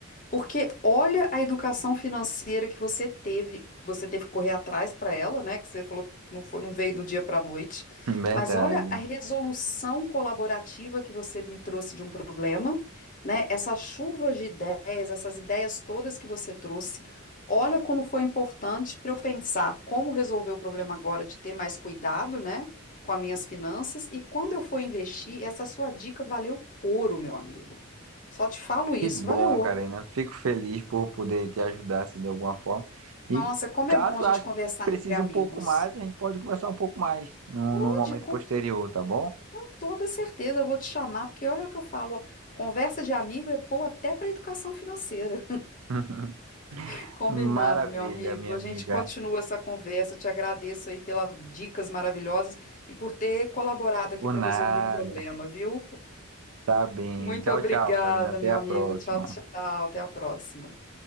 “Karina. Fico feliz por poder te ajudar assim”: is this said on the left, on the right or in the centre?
Right